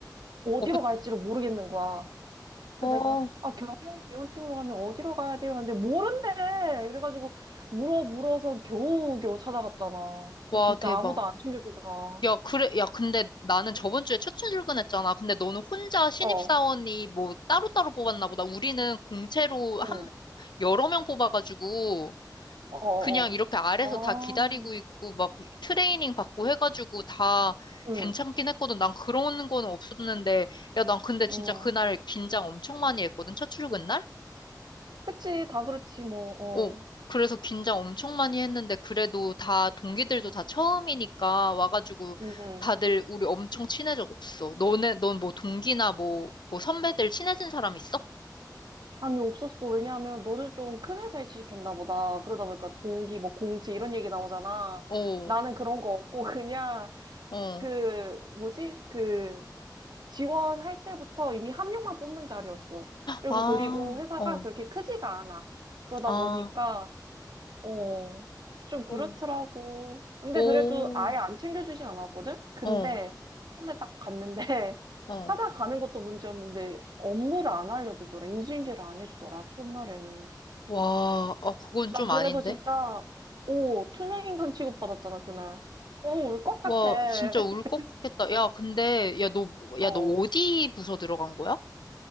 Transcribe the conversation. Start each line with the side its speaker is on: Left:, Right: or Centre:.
Right: 어디로
Left: 어, 그,
Right: 갈지를 모르겠는 거야. 그래서
Left: 어,
Right: 내가 아 경영 지원팀으로 가면 어디로 가야 돼요? 근데 모른대. 그래가지고 물어 물어서 겨우 겨우 찾아갔잖아.
Left: 와,
Right: 근데 진짜
Left: 대박.
Right: 아무도 안 챙겨주더라.
Left: 야, 그래, 야, 근데 나는 저번 주에 첫 출근했잖아. 근데 너는 혼자 신입사원이
Right: 어,
Left: 뭐 따로따로 뽑았나 보다. 우리는 공채로 한,
Right: 응,
Left: 여러 명 뽑아가지고,
Right: 어, 어,
Left: 그냥 이렇게 아래서
Right: 어.
Left: 다 기다리고 있고,
Right: 아,
Left: 막 트레이닝 받고 해가지고 다
Right: 응,
Left: 괜찮긴 했거든. 난 그런 거는 없었는데, 야, 난 근데 진짜
Right: 응.
Left: 그날 긴장 엄청 많이 했거든. 첫 출근 날?
Right: 그치, 다 그렇지 뭐. 어,
Left: 오, 그래서 긴장 엄청 많이 했는데, 그래도 다, 동기들도
Right: 응,
Left: 다 처음이니까 와가지고
Right: 응.
Left: 다들 우리 엄청 친해졌어. 너네, 넌 뭐 동기나 뭐, 뭐 선배들 친해진 사람 있어?
Right: 감이 없었어. 왜냐하면 너는 좀 큰 회사에 취직했나 보다. 그러다 보니까 동기, 뭐 공지 이런 얘기 나오잖아.
Left: 오,
Right: 나는 그런 거 없고 그냥
Left: 어,
Right: 그 뭐지? 그 지원할 때부터 이미 한 명만 뽑는 자리였어. 그리고
Left: 아,
Right: 그리고 회사가
Left: 어,
Right: 그렇게 크지가 않아. 그러다
Left: 아,
Right: 보니까 어, 좀 그렇더라고.
Left: 헐.
Right: 근데
Left: 오,
Right: 그래도 아예 안 챙겨주진 않았거든? 근데
Left: 어,
Right: 손에 딱 갔는데 <laughs>
Left: 어.
Right: 찾아가는 것도 문제였는데 업무를 안 알려주더라. 인수인계를 안 해주더라. 첫날에는.
Left: 와, 어, 그건
Right: 나
Left: 좀
Right: 그래서
Left: 아닌데?
Right: 진짜 오, 투명인간 취급받았잖아, 그날. 어, 울 것 같아.
Left: 와, 진짜
Right: <laughs>
Left: 울 것 같겠다. 야, 근데, 야, 너, 야,
Right: 어,
Left: 너 어디 부서 들어간 거야?